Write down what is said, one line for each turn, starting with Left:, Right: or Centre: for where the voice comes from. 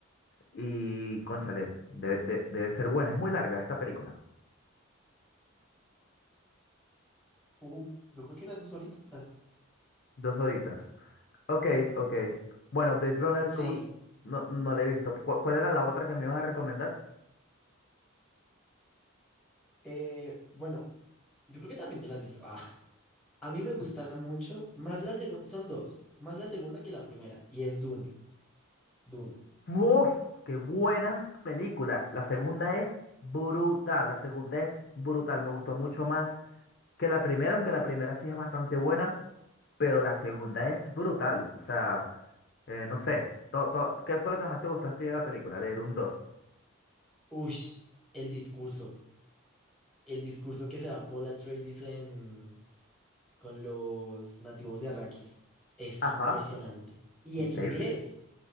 Left: Y, cónchale, debe, de- debe ser buena. Es muy larga esta película.
Centre: Uf, yo creo que las dos horitas.
Left: Dos horitas. Ok, ok. Bueno, Blade Runner,
Centre: Sí,
Left: como no, no la he visto. ¿Cuál, cuál era la otra que me ibas a recomendar?
Centre: eh, bueno, yo creo que también te las has visto. Ah, a mí me gusta
Left: Mm.
Centre: mucho, más la segunda, son dos, más la segunda que la primera, y es Dune, Dune.
Left: ¡Uf! ¡Qué buenas películas! La segunda es brutal. La segunda es brutal. Me gustó mucho más. que la primera, aunque la primera sí es bastante buena, pero la segunda es brutal. O sea, eh, no sé, to- to- ¿qué fue lo que más te gustó a ti de la película, de Dune dos
Centre: Ush, el discurso, el discurso que se da Paul Atreides en, con los nativos de Arrakis, es
Left: Ajá,
Centre: impresionante. Y
Left: increíble.
Centre: en inglés,